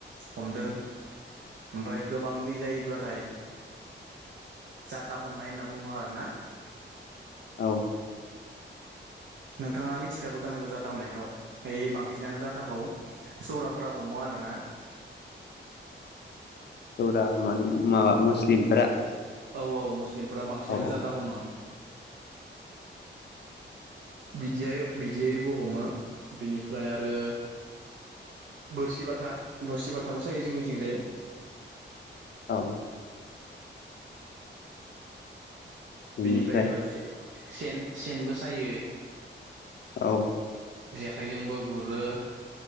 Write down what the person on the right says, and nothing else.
हमदों ओमफ्राय गोबां दै जायोब्लाथाय जाता हमनाय होनना बुङो आरो ना
नोंथाङा मिथिखागौ जानांगौ जाता हमनायखौ ओइ बांसिनानो जाथाखौ सौराफोरा हमो आरोना
औ औ मुस्लिमफोरा बांसिनानो
जाता हमो
बिदियाय बिदियैबो हमो बिनिफ्राय आरो बोरसि बाथा बोरसि बाथाबो सायो जोंनिथिंजाय
बिनिफ्राया एबा से-सेन-सेनबो सायो
जेखाइजोंबो गुरो